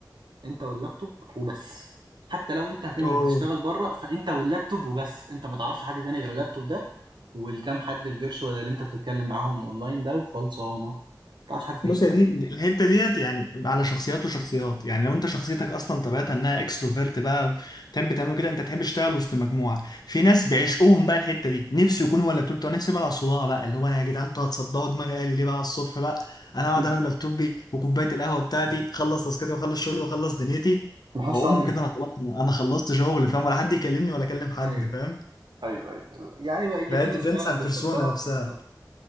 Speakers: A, on the right; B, on the left.
A: انت واللابتوب وبس حتى لو انت هتنزل
B: اه
A: تشتغل بره فانت واللابتوب وبس انت ما تعرفش حد تاني غير اللابتوب ده والكام حد الفيرشوال اللي انت بتتكلم معاهم اونلاين ده وخلصانه ما تعرفش حد تاني
B: بص يا دي دي- الحته ديت يعني على شخصيات وشخصيات يعني لو انت شخصيتك اصلا طبيعتها انها اكستروفيرت بقى تحب تعمله كده انت تحب تشتغل وسط مجموعه في ناس بيعشقوهم بقى الحته دي نفسي يكون هو اللابتوب بتاعه نفسي بقى على الصداع بقى اللي هو انا يا جدعان انتوا هتصدعوا دماغي قالي ليه بقى على الصبح بقى انا اقعد
A: مم.
B: انا ولابتوبي وكوبايه القهوه بتاعتي اخلص تاسكاتي واخلص شغلي واخلص دنيتي
A: محدش
B: واقوم
A: تعرف ايه
B: كده انا خلاص انا أنا خلصت شغل فاهم ولا حد يكلمني ولا اكلم حد
A: ايوه
B: فاهم
A: ايوه ايوه يعني بقى هي
B: فهي
A: في
B: ديبينس
A: ناس فعلا
B: على
A: بتفضلها
B: البيرسونا نفسها
A: وفي ناس لا